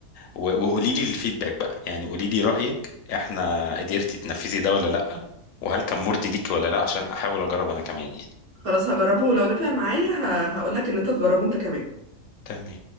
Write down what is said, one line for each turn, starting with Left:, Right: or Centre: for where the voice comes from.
Left: و... وقولي لي الفيدباك بقى يعني قولي لي رأيك احنا قدرتي تنفذي ده ولا لأ وهل كان مرضي ليكي ولا لأ عشان احاول اجرب انا كمان يعني
Right: <laughs> خلاص هجربه ولو نفع معايا هقول لك ان انت تجربه انت كمان
Left: تمام